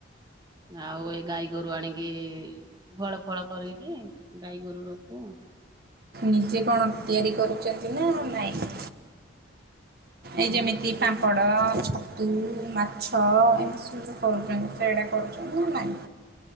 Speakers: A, on the right; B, on the right.
A: ଆଉ ଏ ଗାଈଗୋରୁ ଆଣିକି ଗୁହାଳ ଫୁହାଳ କରିକି ଗାଈଗୋରୁ ରଖୁ।
B: ନିଜେ କଣ ତିଆରି କରୁଛନ୍ତି ନା ନାଇଁ?
A: ହଁ
B: ଏଇ ଯେମିତି
A: ମୁଁ ସେଇ
B: ପାମ୍ପଡ଼, ଛ ତୁ, ମାଛ ଏମିତି ସବୁ ଯୋଉ କରୁଛନ୍ତି, ସେଇଡ଼ା କରୁଛନ୍ତି ନା ନାହିଁ?